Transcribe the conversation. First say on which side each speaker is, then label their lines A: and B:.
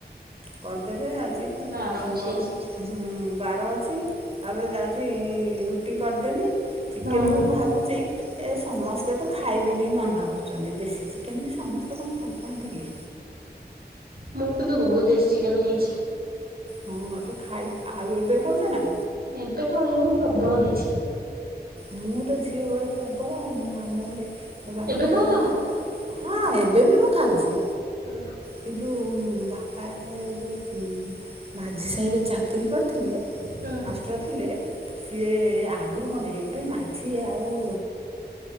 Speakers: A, on the right; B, on the right.
A: କରିଦେବେ ଯାଉଛି
B: ବାର ଅଛି
A: କଣ
B: ଆଜି।
A: ହୁଁ। ବାର ଅଛି ତାପରେ ଯାଉଛି ରୁଟି କରିଦେବି ଚିକେନକୁ
B: ହୁଁ
A: ମୁଁ ଭାବୁଛି। ଏ ସମସ୍ତେ ତ ଖାଇବେନି ମନା କରୁଛନ୍ତି ଦେଶୀ ଚିକେନ ବି ସମସ୍ତେ କଣ ଭଲ ପାଆନ୍ତି କି?
B: ମୁଁ କିନ୍ତୁ ବହୁତ ଦେଶୀ ଚିକେନ ଖାଇଛି।
A: ହଁ ତ ଖାଇ ଆଉ ଏବେ ଖାଉଛନା?
B: ଏବେ ଖାଉନି ମୁଁ ପ୍ରବଳ ଖାଇଛି।
A: ମୁଁ ତ ଝିଅ ବଳେ ପ୍ରବଳ ମୁଁ ଆମ ଘରେ ବାପା
B: ଏବେ ଖାଉଛ ନା?
A: କଣ ହଁ ଏବେ ବି ମୁଁ ଖାଉଛି
B: ହୁଁ
A: କି ତୁ ବାପା ଏତେବେଳେ ଯୋଉ ମାଝି ସାହି ରେ ଚାକିରୀ କରି ଥିଲେ
B: ହୁଁ
A: ମାଷ୍ଟ୍ର ଥିଲେ। ସିଏ ଆଗରୁ କଣ ଏବେ ମାଝି ଆଉ